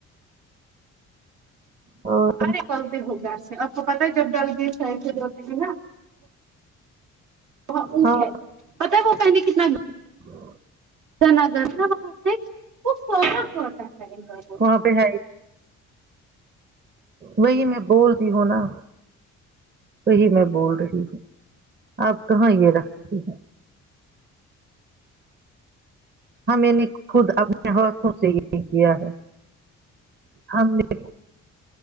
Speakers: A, on the right (about 35°); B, on the right (about 75°).
A: اور
B: ارے نکلتے ہو گھر سے آپ کو پتا ہے جب ڈل گیٹ سے ایسے جاتے ہیں نا وہاں اف
A: ہاں
B: ہے پتہ ہے وہ پنیک کتنا ہے
A: <inaudible>
B: <unintelligible> وہاں سے وہ فونا کرتا ہے ان لوگوں
A: وہاں پہ ہے وہی میں بولتی ہوں نا وہی میں بول رہی ہوں آپ کہاں یہ رکھتی ہیں ہاں میں نے خود اپنے ہاتھوں سے یہ کیا ہے ہم نے